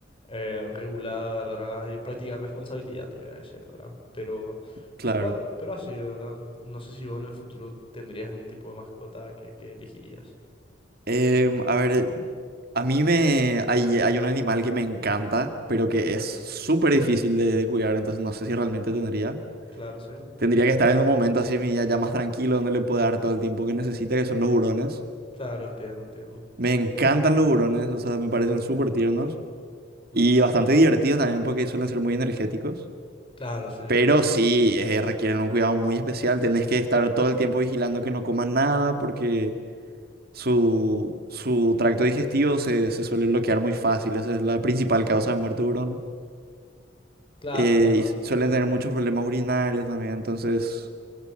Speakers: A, on the left; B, on the right.
A: eh, regular, ¿verdad? Y practicar responsabilidad, te voy a decir, ¿verdad? Pero,
B: claro.
A: pero, pero así, ¿verdad? No sé si vos en el futuro tendrías algún tipo de mascota que, que elegirías.
B: Em, a ver, a mí me hay, hay un animal que me encanta, pero que es súper difícil de, de cuidar, entonces no sé si realmente tendría.
A: Claro, sí.
B: Tendría que estar en un momento así mi ya ya más tranquilo, donde le pueda dar todo el tiempo que necesita, que son los hurones.
A: Claro, entiendo, entiendo.
B: Me encantan los hurones, o sea, me parecen súper tiernos
A: Ujú.
B: y bastante divertidos también porque suelen ser muy energéticos.
A: Claro, sí,
B: Pero
A: sí, sí.
B: sí, eh, requieren un cuidado muy especial, tenés que estar todo el tiempo vigilando que no coman nada porque... Su, su tracto digestivo se, se suele bloquear muy fácil, esa es la principal causa de muerte de hurón.
A: Claro,
B: Eh,
A: claro.
B: y suelen tener muchos problemas urinarios también, entonces,